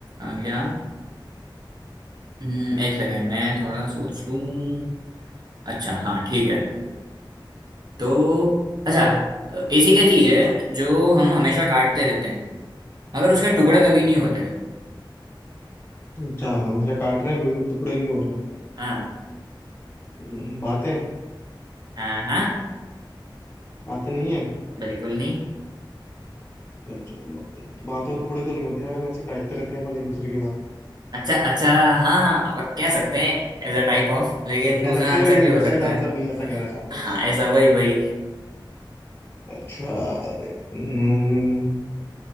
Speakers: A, on the right (about 55°); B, on the left (about 25°).
A: आ गया हम्म एक सेकंड मैं थोड़ा सोच लूँ अच्छा हाँ ठीक है तो अच्छा ऐसी क्या चीज है जो हम हमेशा काटते रहते हैं मगर उसका टुकड़ा कभी नहीं होता है
B: अच्छा हमसे काट रहे हैं फिर भी तो टुकड़े नहीं हो रहे
A: हाँ
B: हम्म, बातें
A: हाँ हाँ
B: बातें नहीं है
A: बिल्कुल नहीं
B: अच्छा, बातों के टुकड़े तो नहीं होते यार वैसे काटते रहते हैं अपन एक दूसरे की बात
A: अच्छा अच्छा हाँ हाँ आप कह सकते हैं एज अ टाइप ऑफ लेकिन दूसरा
B: कह सकते
A: आंसर
B: हैं लेकिन
A: भी हो
B: प्रिसाइज
A: सकता
B: आंसर
A: है
B: नहीं है ऐसा कहना चाह रहे
A: हाँ
B: हो
A: ऐसा वही वही
B: अच्छा अरे, हम्म,